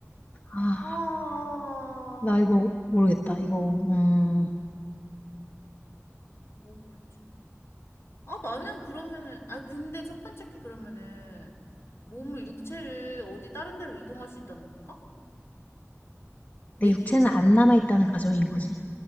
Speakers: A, on the left; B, on the left.
A: 아,
B: 아,
A: 나 이거 모르겠다.
B: 아,
A: 이거 음,
B: 몸 육체. 아, 나는 그러면은, 아, 근데 첫 번째 게 그러면은 몸을 육체를 어디 다른 데로 이동할 수 있다는 건가? 내
A: 내 육체는
B: 기억으로?
A: 안 남아 있다는 가정인 거지.